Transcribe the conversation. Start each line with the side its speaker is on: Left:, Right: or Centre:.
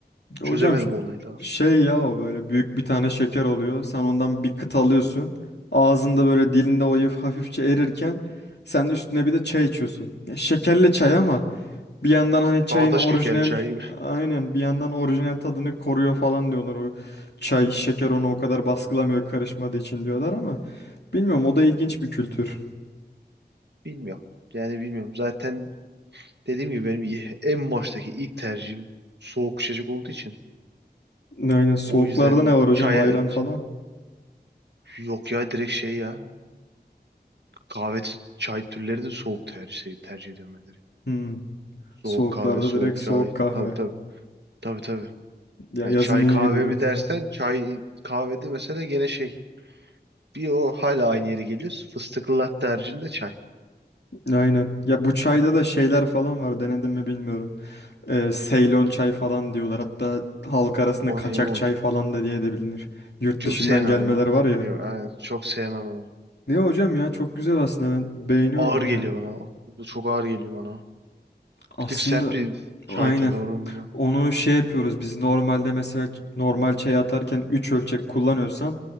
Left: Hocam
Right: Çözemedim
Left: ş-
Right: o olayı daha.
Left: şey ya o böyle büyük bir tane şeker oluyor. Sen ondan bir kıt alıyorsun. Ağzında böyle dilinde o yif- hafifçe erirken sen üstüne bir de çay içiyorsun. Ya şekerli çay ama Bir yandan hani çayın
Right: Daha da
Left: orijinal
Right: şekerli çay gibi.
Left: aynen bir yandan orijinal tadını koruyor falan diyorlar. O çay şeker onu o kadar baskılamıyor karışmadığı için diyorlar ama bilmiyorum o da ilginç bir kültür.
Right: Eee. Bilmiyorum. Yani bilmiyorum. Zaten dediğim gibi benim i- en baştaki ilk tercihim soğuk içecek olduğu için.
Left: Aynen soğuklarda
Right: O yüzden
Left: ne var hocam
Right: çaya
Left: ayran falan?
Right: yok ya direkt şey ya kahve çay türleri de soğuk tercih şey, tercih ediyorum ben direkt.
Left: Hmm.
Right: Soğuk
Left: Soğuklarda
Right: kahve, soğuk
Left: direkt
Right: çay.
Left: soğuk kahve.
Right: Tabii tabii. Tabii tabii.
Left: Ya
Right: Ya
Left: yazın
Right: çay
Left: iyi
Right: kahve
Left: gidiyordur
Right: mi
Left: tabii.
Right: dersen çay kahvede mesela gene şey bir o hala aynı yere geliyoruz. Fıstıklı latte haricinde çay.
Left: Aynen. Ya bu çayda
Right: Hmm.
Left: da şeyler falan var denedim mi bilmiyorum. Ee, Seylon çay falan diyorlar. Hatta halk arasında
Right: O
Left: kaçak
Right: ne? O,
Left: çay falan da diye de bilinir. Yurt
Right: çok
Left: dışından
Right: sevmem
Left: gelmeler
Right: onu.
Left: var ya.
Right: Yok, aynen, çok sevmem onu.
Left: Ne hocam ya çok güzel aslında ben beğeniyorum
Right: Ağır
Left: baya.
Right: geliyor bana o. Bu Çok ağır geliyor bana.
Left: Aslında
Right: Bir tık sert bir çayta
Left: aynen.
Right: doğru mu bu?
Left: Onu şey yapıyoruz biz normalde mesela ç- normal çay atarken 3 ölçek kullanıyorsan